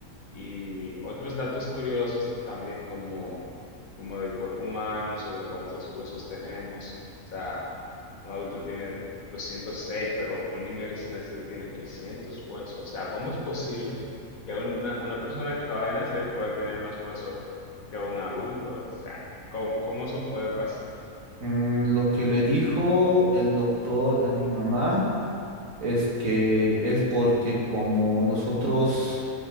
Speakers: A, on the left; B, on the right.
A: Y otros datos curiosos también como, como del cuerpo humano, sobre cuántos huesos tenemos. O sea, un adulto tiene doscientos seis pero un niño recién nacido tiene 300 huesos. O sea, ¿cómo es posible que una, una persona que acaba de nacer puede tener más huesos que un adulto? O sea, ¿cómo, cómo eso puede pasar?
B: Mm, lo que le dijo el doctor a mi mamá. es que es porque como nosotros